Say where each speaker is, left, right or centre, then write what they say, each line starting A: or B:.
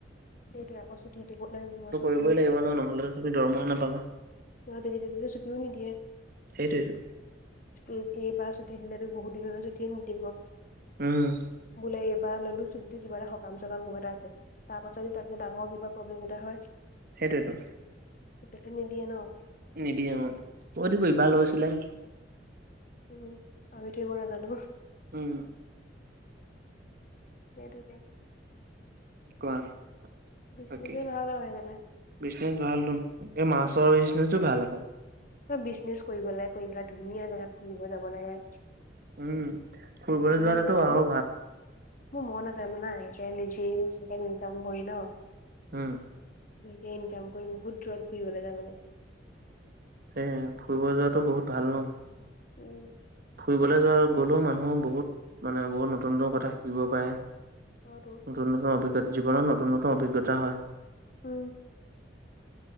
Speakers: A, on the left; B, on the right.
A: সেইটোৱে অক, ছুটি দিব নে নিদিয়ে
B: যাবই লাগিব নহ, নহলেটো তুমি দৰমহা নাপাবা
A: নহয়, যেতিয়া তেতিয়া ছুটিও নিদিয়ে।
B: সেইটোৱেইটো
A: উ, এইবাৰ ছুটি দিলেতো বহুত দিনলৈকে ছুটিয়ে নিদিব
B: উম।
A: বোলে এইবাৰ ললোঁ। চোনিতি কিবা এটা সকাম চকাম হবলে‌ আছে। তাৰ পাছত যদি তাত ডাঙৰ কিবা প্ৰব্লেম এটা হয়।
B: সেইটোৱেতো
A: তেতিয়া নিদিয়ে নহ
B: নিদিয়ে অহ, কৈ দিবি‌ ইবাৰ লৈছিলে।
A: উম আমিতো এইবোৰ নাজানো।
B: উম।
A: সেইটো যে
B: কোৱাে বাকী,
A: বিজনেছে ভাল আৰু সেইকাৰণে
B: বিষ্ণুৰ ভাল তোন। এই মাছৰ বিজনেচ টো ভাল আক।
A: বিজনেছ কৰিব লাগে কৰি পেলাই ধুনীয়া জোগাত ফুৰিব যাব লাগে।
B: উম, ফুৰিবলৈ
A: সেইবিলাক
B: যোৱাটোতো
A: ভাল লাগে
B: আৰু
A: মোৰ। মোৰ মন আছে মানে এনেকে নিজে সনেকে ইন কাম কৰি ন।
B: উম।
A: নিজে ইনকাম কৰি বহুত দূৰত ফুৰিবলে যাবলে।
B: এ ফুৰিব যোৱাতো বহুত ভাল ন।
A: উম।
B: ফুৰিবলৈ যোৱা গ'লেও মানুহৰ বহুত, মানে বহুত নতুন-নতুন কথা শিকিব পাৰে। নতুন-নতুন
A: হয়তো
B: অভিজ্ঞতা জীৱনৰত নতুন-নতুন অভিজ্ঞতা হয়।
A: উম।